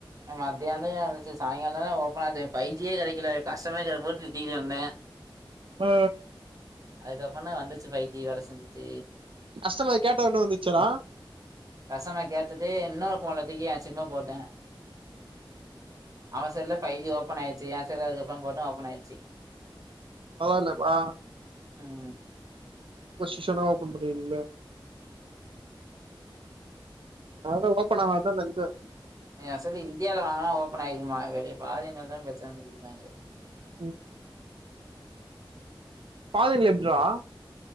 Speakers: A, on the right; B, on the right.
A: மத்தியானம் சி சாயங்காலம் தானே ஓப்பன் ஆது ஃபை ஜியே கெடைக்கல கஷ்டமர் கேர் போட்டு திட்டிட்டு இருந்தேன்
B: ஆ
A: அதுக்கப்புறம் தான் வந்துச்சு ஃபை ஜி வேலை செஞ்சிச்சு
B: கஷ்டமர் கேட்ட ஒடனே வந்துச்சாடா
A: கஷ்டமர் கேட்டுட்டு இன்னொரு போன்ல தூக்கி என் சிம்ம போட்டேன் அவே செல்லுல ஃபை ஜி ஓப்பன் ஆயிச்சு என் செல்ல அதுக்கப்றம் போட்டா ஓப்பன் ஆயிச்சு
B: பரவால்யா பா
A: ம்
B: வேஷ்டு செலவா பன்னிருவாங்களே அதலதான் ஓப்பனாவாதான் நென்ச்சேன்
A: அ சோலி இந்தியால வாங்குனா ஓப்பன் ஆயிருக்கும்மா வெளி ஃபாரின் நாலதா பிரச்சன சொல்லிருக்காங்க
B: ம் <unintelligible> <unintelligible>